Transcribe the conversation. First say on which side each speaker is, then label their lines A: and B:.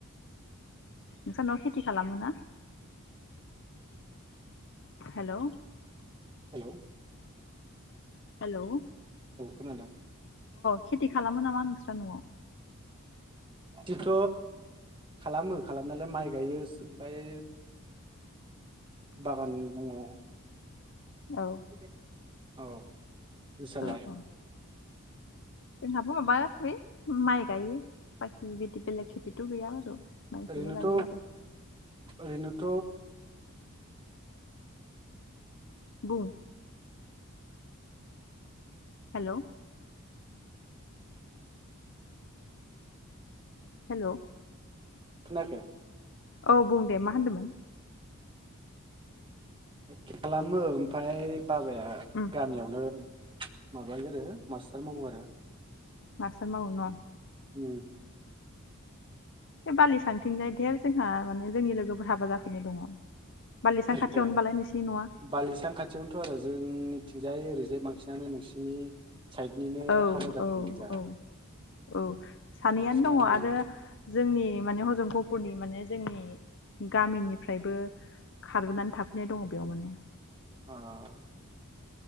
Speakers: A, on the left; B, on the right.
A: नोंसोरनाव खेथि खालामो ना हेल
B: हेल
A: हेल अ
B: खोनादों
A: खेथि खालामो नामा नोंस्रा नआव
B: बिदिथ खालामो खालामनाालाय माइ गायो ओमफ्राय बागान दङ
A: औ
B: बि <unintelligible> औ नोंस्रालाय
A: औ औ जोंहाबो माबा बे माइ गायो बाखि बिदि बेलेग खेथिथ' गैया आरो माइखौल'
B: ओरैनोथ
A: गायो आरो
B: ओरैनोथ
A: बुं हेल हेल
B: खोनायाखै
A: औ बुं दे मा होनदोंमोन
B: खेथि खालामो ओमफ्राप बाबाया
A: उम
B: गामियावनो माबायो आरो मास्टार मावो आरो
A: मस म उनाव
B: उ
A: बे बालि सांथिं जाय धेर जोंहा माने जोंनि लोगोफोर हाबा जाफैनाय दङ बालिसां
B: ए
A: खाथियावनो बालाय नोंसिनि न'आ
B: बालिसां खाथियावनोथ' आरो जोंनि थििंजायै रिजे्भ मांखिननानै नोंसिनि साइडनिनो
A: औ
B: हाबा जाफोन
A: औ
B: गोजा
A: औ औ सानैयानो
B: बांसिनानो
A: दङ आरो जोंनि माने हजमगपुरनि माने जोंनि गामिनिफ्रायबो खारबोनानै थाफैनाय दङ बेयाव माने
B: ओह